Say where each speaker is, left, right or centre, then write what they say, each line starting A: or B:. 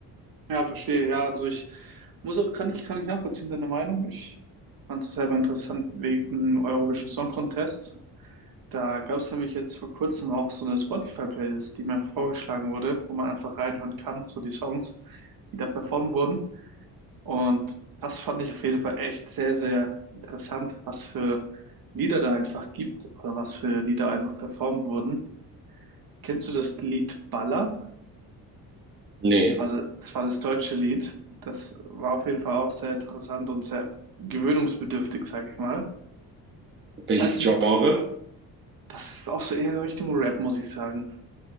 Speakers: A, on the right (about 60°); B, on the right (about 30°).
A: Ja, verstehe. Ja, also ich muss auch, kann ich, kann ich nachvollziehen, deine Meinung. Ich fand es selber interessant wegen Eurovision Song Contest. Da gab es nämlich jetzt vor kurzem auch so eine Spotify-Playlist, die mir einfach vorgeschlagen wurde, wo man einfach reinhören kann, so die Songs, die da performt wurden. Und das fand ich auf jeden Fall echt sehr, sehr interessant, was für Lieder da einfach gibt oder was für Lieder einfach performt wurden. Kennst du das Lied Baller?
B: Nee.
A: Das war das, war das deutsche Lied. Das war auf jeden Fall auch sehr interessant und sehr gewöhnungsbedürftig, sage ich mal.
B: Welches
A: Ja, ich finde,
B: Genre?
A: das ist auch so eher in Richtung Rap, muss ich sagen.